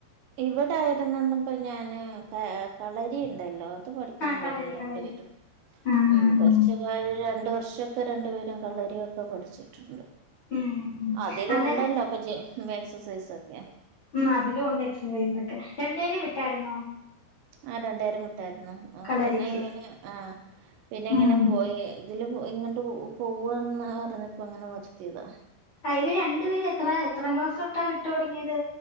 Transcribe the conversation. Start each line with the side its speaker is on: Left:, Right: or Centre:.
Right: ഇവിടൊയിരുന്നപ്പ ഞാന് കളരി ഇണ്ടല്ലോ. അത് പഠിക്കാൻ
Left: ആ
Right: പോയിരുന്നു
Left: കളരി
Right: രണ്ട്
Left: കളരി
Right: പേരും
Left: ആ
Right: ഉം
Left: ആ ആ
Right: കൊറച്ച്. രണ്ടു വർഷമൊക്കെ രണ്ടു പേരും കളരി ഒക്കെ പഠിച്ചു.
Left: ഉം
Right: അതിലും
Left: അന്നേരം
Right: ഒണ്ടല്ലോ അപ്പൊ ജി എക്സസൈസ് ഒക്കെ.
Left: ഉ അതിലും ഉണ്ട് എക്സസൈസ് ഒക്കെ രണ്ടുപേരേ വിട്ടായിരുന്നോ?
Right: ആ രണ്ടുപേരേവിട്ടായിരുന്നു
Left: കളരിക്ക്
Right: പിന്നെ ഇങ്ങനെ ആ പിന്നെ ഇങ്ങനെ
Left: ഉം
Right: പോ പോ ഇതിൽ ഇങ്ങോട്ട് പോവന്നാ പറഞ്ഞപ്പോ അങ്ങനെ നിർത്തിയതാ.
Left: ഇവര് രണ്ടു പേര് എത്ര എത്രാം ക്ലാസ് തൊട്ടാ വിട്ടു തൊടങ്ങിയത്